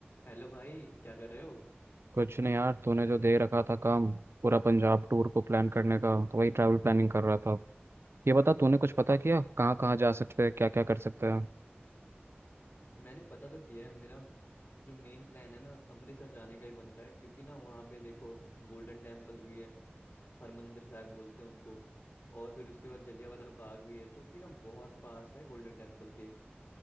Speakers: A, on the left (about 55°); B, on the right (about 80°).
A: हेलो भाई क्या कर रहे हो
B: कुछ नहीं यार तूने जो दे रखा था काम पूरा पंजाब टूर को प्लान करने का तो वही ट्रैवल प्लानिंग कर रहा
A: नहीं,
B: था ये बता तूने कुछ पता किया कहाँ कहाँ जा सकते हैं क्या क्या कर सकते हैं
A: मैंने पता तो किया है मेरा जो मेन प्लान है ना अमृतसर जाने का ही बन रहा है क्योंकि ना वहाँ पे देखो गोल्डन टेम्पल भी है हरमंदिर साहिब बोलते हैं उनको और फिर उसके बाद जलियांवाला बाग भी है जो कि ना बहुत पास है गोल्डन टेम्पल के फिर